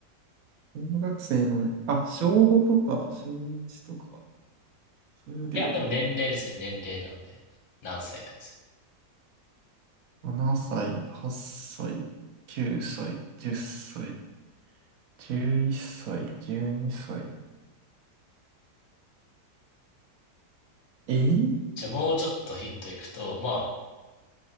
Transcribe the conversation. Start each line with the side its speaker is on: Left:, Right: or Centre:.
Right: 小学生のね、あ、小5とか、小1とか、そういうわけでは
Left: いや、でも年齢ですね。年齢なので、何歳かです。
Right: ななさい。7歳、8歳、9歳、10歳、11歳、12歳。えー、
Left: じゃあもうちょっとヒントいくと、まあ、